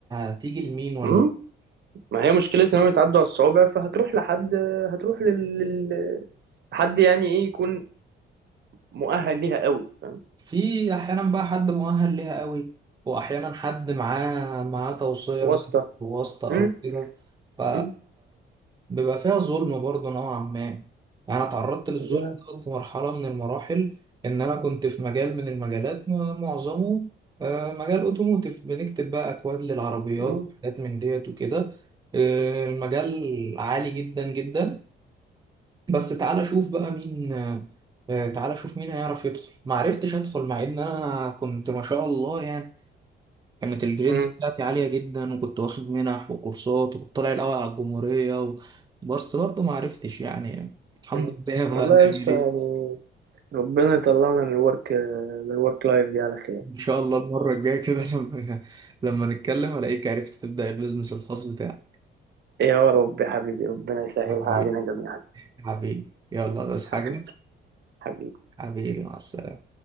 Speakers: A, on the right (about 20°); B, on the right (about 60°).
A: هتيجي لمين ولا
B: مم. ما هي مشكلة انهم يتعدوا على الصوابع فهتروح لحد هتروح لل... لل- حد يعني ايه يكون مؤهل ليها قوي فاهم
A: في احيانا بقى حد مؤهل ليها قوي واحيانا حد معاه معاه توصيه
B: واسطة
A: بقى أو واسطه
B: مم.
A: او كده ف
B: مم.
A: بيبقى فيها ظلم برضه نوعا ما يعني انا اتعرضت للظلم
B: والله
A: ده في مرحله من المراحل ان انا كنت في مجال من المجالات م- معظمه آه، مجال اوتوموتيف بنكتب بقى اكواد للعربيات
B: مم.
A: وحاجات من ديت وكده آه، المجال عالي جدا جدا بس تعالى شوف بقى مين آه، آه، تعالى شوف مين هيعرف يدخل ما عرفتش ادخل مع ان انا كنت ما شاء الله يعني كانت الجريدز
B: مم.
A: بتاعتي عالية جدا وكنت واخد منح وكورسات وكنت طالع الاول على الجمهورية و... بس برضه ما عرفتش يعني الحمد
B: مم.
A: لله بقى
B: والله
A: نعمل
B: يا اسطى
A: ايه
B: يعني ربنا يطلعنا من الورك من الورك لايف دي على خير
A: ان شاء الله المرة الجاية كده <laughs> لما لما نتكلم الاقيك عرفت تبدأ البيزنس الخاص بتاعك
B: إيه يا رب يا حبيبي ربنا يسهلها
A: حبيبي
B: علينا جميعا
A: حبيبي يلا بس
B: حبيبي
A: حاجة
B: حبيبي
A: حبيبي مع السلامة